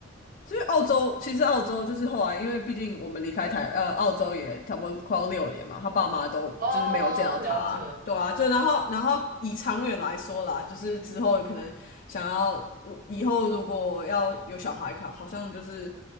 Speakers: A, on the left; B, on the right.
A: 所以澳洲其实澳洲就是后来，因为毕竟我们离开台呃澳洲也差不多快要六年嘛，他爸妈都就是没有见到他啊，
B: 哦，了解，
A: 对啊，就然后然后以长远来说啦，就是之后可能想要以后如果要有小孩考，好像就是